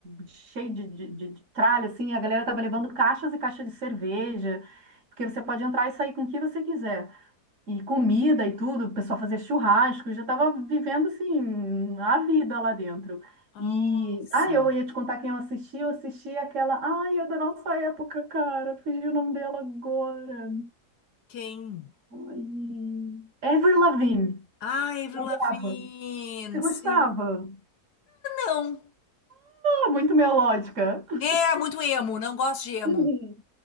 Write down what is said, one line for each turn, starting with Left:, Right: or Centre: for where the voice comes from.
Right: cheio de, de, de de tralha, assim. A galera tava levando caixas e caixas de cerveja, porque você pode entrar e sair com o que você quiser e comida e tudo, o pessoal fazia churrasco, eu já estava vivendo assim a vida lá dentro.
Left: Nossa.
Right: E ah, eu ia te contar quem eu assisti, eu assisti aquela, ai, é da nossa época, cara, fugiu o nome dela agora.
Left: Quem?
Right: Ai, Avril Lavigne.
Left: Ah, Avril
Right: Eu adorava.
Left: Lavigne,
Right: Você gostava?
Left: sim. Não.
Right: Ah, muito melódica. <laughs>
Left: É, muito emo, não gosto de emo.
Right: Uhum.